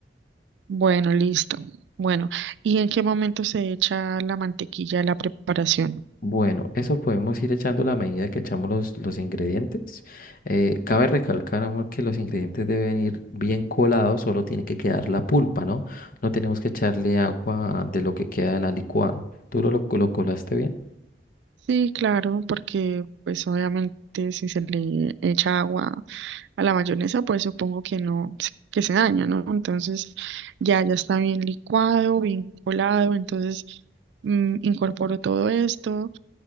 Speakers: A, on the right (about 80°); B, on the left (about 50°).
A: Bueno, listo. Bueno, ¿y en qué momento se echa la mantequilla a la preparación?
B: Bueno, eso podemos ir echando a medida que echamos los, los ingredientes. Eh, cabe recalcar, amor, que los ingredientes deben ir bien colados, solo tiene que quedar la pulpa, ¿no? No tenemos que echarle agua de lo que queda de la licuada. ¿Tú lo, lo lo colaste bien?
A: Sí, claro, porque pues obviamente si se le echa agua a la mayonesa, pues supongo que no, se- que se daña, ¿no? Entonces ya, ya está bien licuado, bien colado, entonces mm, incorporo todo esto,